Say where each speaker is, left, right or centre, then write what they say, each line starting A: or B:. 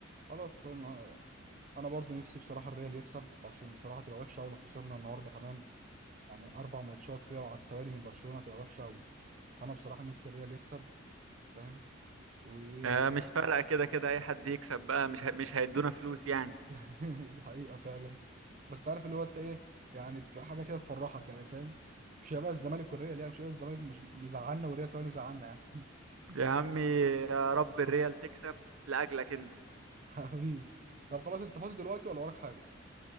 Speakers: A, on the right; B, on the right.
A: خلاص انا انا برضه نفسي بصراحة الريال يكسب عشان بصراحة تبقى وحشة أوي لو خسرنا النهاردة كمان يعني أربع ماتشات كده وعلى التوالي من برشلونة تبقى وحشة أوي فأنا بصراحة نفسي الريال يكسب فاهم وإيه
B: آه، مش فارقه كده كده اي حد يكسب بقى مش هي- مش هيدونا فلوس يعني
A: <laughs> دي حقيقة فعلا بس عارف اللي هو انت ايه يعني بتبقى حاجة كده تفرحك يعني فاهم مش هيبقى الزمالك والريال يعني مش هيبقى الزمالك مش بيزعلنا والريال كمان يزعلنا يعني
B: يا عمي يا رب الريال تكسب لاجلك انت
A: <laughs> حبيبي طب خلاص انت فاضي دلوقتي ولا وراك حاجة